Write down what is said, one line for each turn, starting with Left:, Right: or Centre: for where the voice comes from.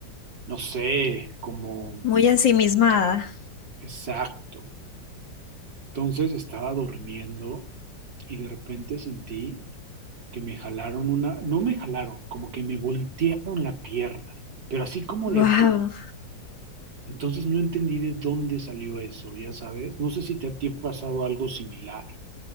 Right: no sé, como
Left: muy ensimismada.
Right: exacto. Entonces estaba durmiendo y de repente sentí que me jalaron una, no me jalaron, como que me voltearon la pierna, pero así como
Left: Wow,
Right: de... Entonces no entendí de dónde salió eso, ya sabes. No sé si te ha te ha pasado algo similar.